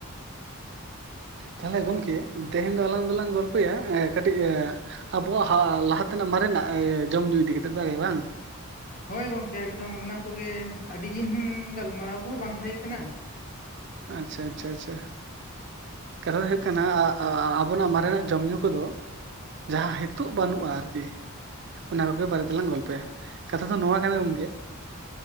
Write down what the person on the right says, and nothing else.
ᱛᱟᱦᱞᱮ ᱜᱚᱝᱠᱮ ᱛᱮᱦᱮᱧ ᱫᱚ ᱟᱞᱟᱝ ᱫᱚᱞᱟᱝ ᱜᱚᱞᱯᱚᱭᱟ ᱠᱟᱹᱴᱤᱡ ᱟᱵᱚᱣᱟᱜ ᱦᱟ ᱞᱟᱦᱟᱛᱮᱱᱟᱜ ᱢᱟᱨᱮᱱᱟᱜ ᱡᱚᱢ ᱧᱩ ᱤᱫᱤ ᱠᱟᱛᱮᱜ ᱫᱚᱵᱮ ᱵᱟᱝ
ᱟᱪᱪᱷᱟ ᱟᱪᱪᱷᱟ ᱟᱪᱪᱷᱟ ᱠᱟᱛᱷᱟ ᱫᱚ ᱦᱩᱭᱩᱜ ᱠᱟᱱᱟ ᱟᱵᱚᱱᱟᱜ ᱢᱟᱨᱮᱱᱟᱜ ᱡᱚᱢ ᱧᱩ ᱠᱚᱫᱚ ᱡᱟᱦᱟᱸ ᱦᱤᱛᱚᱜ ᱵᱟᱹᱱᱩᱜᱼᱟ ᱟᱨᱠᱤ ᱚᱱᱟ ᱠᱚᱜᱮ ᱵᱟᱨᱮ ᱛᱮᱞᱟᱝ ᱜᱚᱞᱯᱷᱚᱭᱟ ᱠᱟᱛᱷᱟ ᱫᱚ ᱱᱚᱣᱟ ᱠᱟᱱᱟ ᱜᱚᱝᱠᱮ